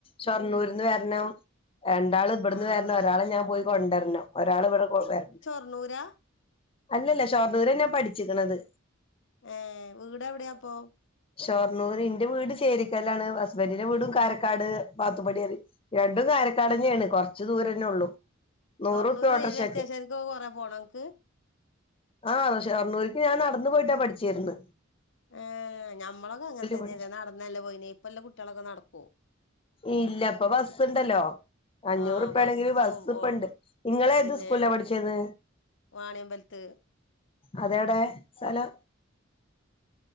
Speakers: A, on the left; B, on the left.
A: ഷോർണ്ണൂർന്ന് വരണം രണ്ടാള് ഇവിടുന്ന്
B: ആഹ്
A: വരണം ഒരാളെ ഞാൻ പോയി കൊണ്ടുവരണം ഒരാൾ ഇവിടെ വരണം
B: ഷൊർണുരാ
A: അല്ലല്ല ഷോർണൂര ഞാൻ പഠിച്ചിക്കണത്
B: ആ വീട് എവിടെയാ അപ്പൊ
A: ഷൊർണ്ണൂര് ഇന്റെ വീട് ചേരിക്കല്ലാണ് ഹസ്ബൻറിന്റെ വീട് കാരക്കാട് പാത്തുപടിറി രണ്ടും പാരക്കാട്ന്നെയണ് കുറച്ച് ദൂരന്നേ ഉള്ളൂ നൂറ്
B: ഷൊർണൂർ
A: റുപ്പിയാ
B: റെയിൽവേ
A: ഓട്ടോറിഷക്ക്‌
B: സ്റ്റേഷൻക്ക് കൊറേ പോണോ അനക്ക്
A: ആഹ പക്ഷെ ഷോർണൂര്ക്ക് ഞാൻ നടന്നു പോയിട്ടാ പഠിചേരുന്നത്
B: ഏ ഞമ്മളൊക്കെ അങ്ങനെ തന്നെയല്ല
A: പഠിച്ച
B: നടന്നല്ലേ പോയിനെ ഇപ്പ എല്ലാം കുട്ടികളൊക്കെ നടക്കുവോ
A: ഇല്ല ഇപ്പൊ ബസ്സുണ്ടല്ലോ അഞ്ഞൂറ്
B: ആ
A: റുപ്പാ
B: ബസ്സും
A: ആണെങ്കിലും ബസ് ഇപ്പ
B: ഓ
A: ഒണ്ട് നിങ്ങളെ
B: പിന്നെ
A: ഏത് സ്കൂളിലാ പഠിച്ചേത്
B: വാണിയമ്പലത്ത്
A: അതേടെ സ്ഥലം